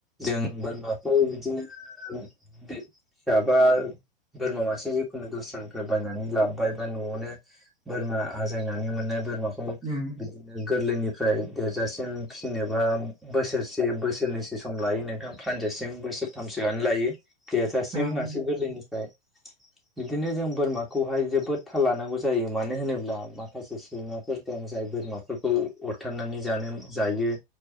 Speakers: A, in the centre; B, on the right.
A: जों बोरमाखौ बिदिनो <unintelligible> फिसिबा बोरमा मासे जिखुनु दस्रानिफ्राय बायनानै लाबोबाय बा न'आवनो बोरमा आजायनानै मोननाय बोरमाखौ
B: उम
A: बिदिनो गोरलैनिफ्राय देरजासिम फिसिनोबा बोसोरसे बोसोरनैसो सम लायो नोंथां फानजासिम बोसोरथामसोआनो लायो देरजासिम
B: ओं
A: मासे गोरलैनिफ्राय
B: <inaudible>
A: बिदिनो जों बोरमाखौहाय जोबोद थाल लानांगौ जायो मानो होनोब्ला माखासे सैमाफोर दं जाय बोरमाफोरखौ अरथारनानै जानो जायो